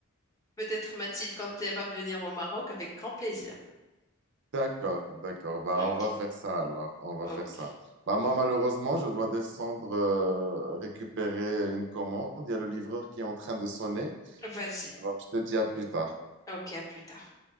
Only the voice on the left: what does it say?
Peut-être Mathilde quand elle va venir au Maroc avec grand plaisir.
Ok,
ok.
Vas-y.
Ok, à plus tard.